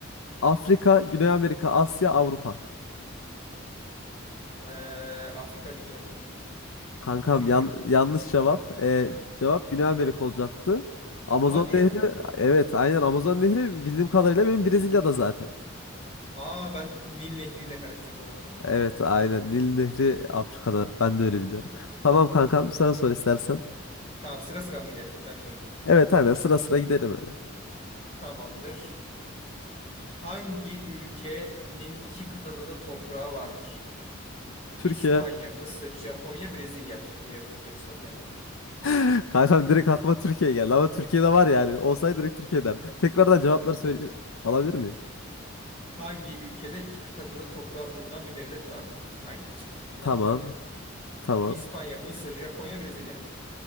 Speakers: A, on the left (about 75°); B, on the left (about 30°).
A: Afrika, Güney Amerika, Asya, Avrupa.
B: Ee, Afrika diyeceğim.
A: Kankam
B: Çünkü
A: yan- yanlış cevap. Ee, cevap Güney Amerika olacaktı. Amazon
B: hadi ya.
A: Nehri, evet aynen Amazon Nehri bildiğim kadarıyla benim Brezilya'da zaten.
B: Aa ben Nil Nehri ile karıştırdım o zaman.
A: Evet aynen Nil Nehri Afrika'da ben de öyle biliyorum.
B: Hmm,
A: Tamam kankam
B: tamam.
A: sen sor istersen.
B: Tamam sıra sıra mı gidelim? Ben mi sorayım?
A: Evet aynen sıra sıra gidelim öyle.
B: Tamamdır. Hangi ülkenin iki kıtada da toprağı vardır?
A: Türkiye.
B: İspanya,
A: <gasps>
B: Mısır, Japonya, Brezilya. Türkiye yok. Türkiye dışında bir yer daha var.
A: <laughs> Kankam
B: <laughs>
A: direkt aklıma Türkiye geldi ama Türkiye'de var yani. Olsaydı direkt Türkiye'den. Tekrardan cevapları söyle alabilir miyim?
B: Hangi ülkede iki kıtada da toprağı bulunan bir devlet vardır? Hangi işte anladım
A: Tamam.
B: soruyu.
A: Tamam.
B: İspanya, Mısır, Japonya, Brezilya.